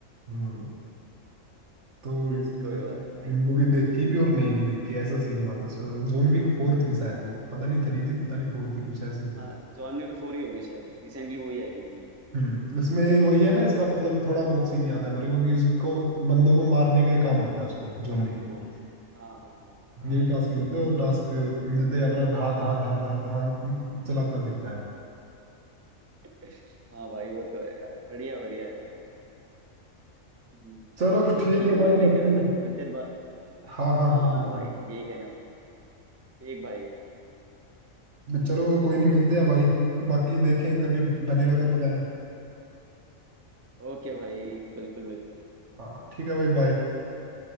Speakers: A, on the right (about 60°); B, on the right (about 20°).
A: हम्म तो
B: हम्म
A: इस वजह
B: कोई
A: से
B: बात नहीं भाई
A: मूवी देखी भी और नहीं भी देखी ऐसा सीन हुआ था उसका जोन विक फोर थी शायद वो पता नहीं थ्री थी पता नहीं फोर थी कुछ ऐसी थी
B: हाँ जॉन में फूरी होगी शायद रिसेंटली वही आई थी
A: हम्म इसमें वही है ना इसका मतलब थोड़ा बहुत सीन याद है मेरे को कि इसको बंदों को मारने का ही काम होता है उसको जोन विक को
B: हाँ हाँ हाँ हाँ
A: यही टास्क
B: हाँ
A: मिलते हैं और टास्क मिलते ही अपना धा धा धा धा धा चलाता फिरता है
B: <laughs> हाँ भाई वो तो है यार बढ़िया बढ़िया है यार हम्म,
A: चलो
B: चलो
A: ठीक
B: ठीक
A: है
B: है भाई
A: भाई
B: मैं
A: बाकी
B: कह रहा था थोड़ी देर बाद
A: हाँ हाँ
B: हाँ
A: हाँ बिल्कुल
B: भाई यही कहने वाला था। ठीक भाई
A: चलो कोई नहीं मिलते हैं भाई बाकी देखें कभी बनेगा
B: ओ-
A: तो प्लान
B: ओके भाई बिल्कुल बिल्कुल
A: हाँ ठीक है भाई बाय